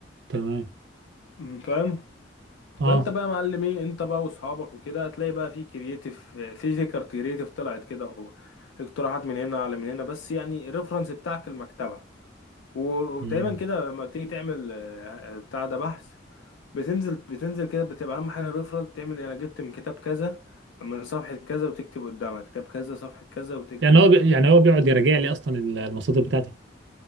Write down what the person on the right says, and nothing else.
تمام
اه
مم.
يعني هو
بي... يعني هو بيقعد يراجع لي اصلا المصادر بتاعتي